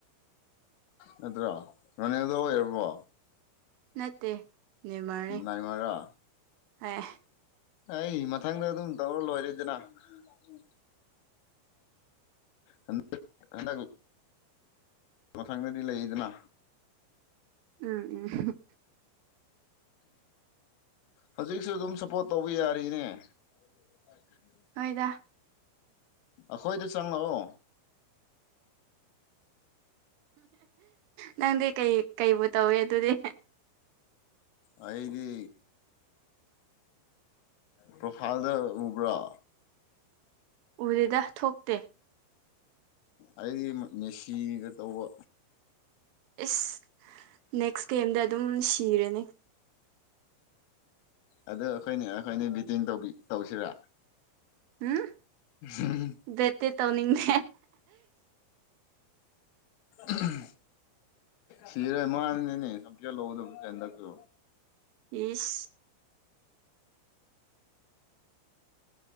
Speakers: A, on the left; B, on the right.
A: ꯅꯠꯇ꯭ꯔꯣ ꯔꯅꯤꯗ ꯑꯣꯏꯔꯕꯣ
B: ꯅꯠꯇꯦ ꯅꯦꯃꯔꯅꯤ
A: ꯅꯥꯏꯃꯔꯣ
B: ꯍꯣꯏ
A: ꯑꯩ ꯃꯊꯪꯗ ꯑꯗꯨꯝ ꯇꯧꯔ ꯂꯣꯏꯔꯦꯗꯅ ꯎꯝ ꯍꯟꯗꯛ ꯍꯟꯗꯛ ꯃꯊꯪꯗꯗꯤ ꯂꯩꯗꯅ
B: ꯎꯝ ꯎꯝ
A: ꯍꯧꯖꯤꯛꯁꯨ ꯑꯗꯨꯝ ꯁꯞꯄꯣꯔꯠ ꯇꯧꯕ ꯌꯥꯔꯤꯅꯦ ꯊꯦ ꯎ
B: ꯑꯣꯏꯣꯏꯗ
A: ꯑꯩꯈꯣꯏꯗ ꯆꯪꯉꯛꯑꯣ
B: ꯅꯪꯗꯤ ꯀꯩ ꯀꯨ ꯇꯧꯏ ꯑꯗꯨꯗꯤ
A: ꯑꯩꯗꯤ ꯄ꯭ꯔꯣꯐꯥꯏꯜꯗ ꯎꯕ꯭ꯔꯥ
B: ꯎꯗꯦꯗ ꯊꯣꯛꯇꯦ
A: ꯑꯩꯗꯤ ꯃꯦꯁꯤꯗ ꯇꯧꯕ
B: ꯑꯦꯁ ꯅꯦꯛꯁ ꯒꯦꯝꯗ ꯑꯗꯨꯝ ꯁꯤꯔꯅꯤ
A: ꯑꯗꯨ ꯑꯩꯈꯣꯏꯅꯦ ꯑꯩꯈꯣꯏꯅꯦ ꯕꯤꯇꯤꯡꯧꯕ ꯇꯧꯁꯤꯔꯥ
B: ꯎꯝ
A: ꯎꯝ
B: ꯕꯦꯠꯇꯤ ꯇꯧꯅꯤꯡꯗꯦ
A: ꯎꯝ ꯁꯤꯔ ꯃꯥꯅꯅꯤꯅꯦ ꯁꯝ ꯂꯧꯗꯕꯟꯗꯁꯨ
B: ꯏꯁ <inaudible>